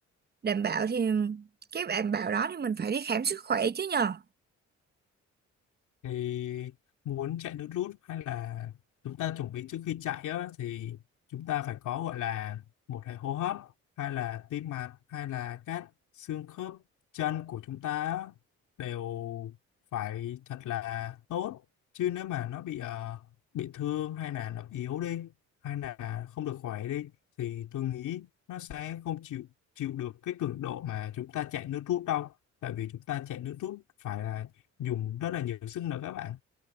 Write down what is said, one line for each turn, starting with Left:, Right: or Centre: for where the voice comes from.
Right: đảm bảo thì cái đảm bảo đó thì mình phải đi khám sức khỏe chứ nhờ
Left: thì muốn chạy nước rút hay là chúng ta chuẩn bị trước khi chạy á, thì chúng ta phải có gọi là một hệ hô hấp hay là tim mạch hay là các xương khớp chân của chúng ta á, đều phải thật là tốt chứ nếu mà nó bị ờ, bị thương hay là nó yếu đi hay là không được khỏe đi thì tôi nghĩ nó sẽ không chịu chịu được cái cường độ mà chúng ta chạy nước rút đâu tại vì chúng ta chạy nước rút phải là dùng rất là nhiều sức nữa các bạn